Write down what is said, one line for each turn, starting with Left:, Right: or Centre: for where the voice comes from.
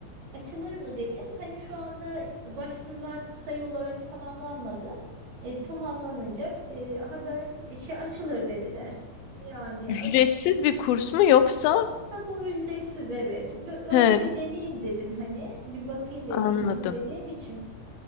Right: açılır mı dedim. Hani şu anda başvurular sayı olarak tamamlanmadı. E, tamamlanınca e, haber işi açılır dediler. Yani
Left: Ücretsiz
Right: a-
Left: bir kurs mu yoksa?
Right: ha, bu ücretsiz evet. Bir- önce
Left: He,
Right: bir deneyeyim dedim hani. Bir bakayım dedim
Left: anladım.
Right: hiç bilmediğim için.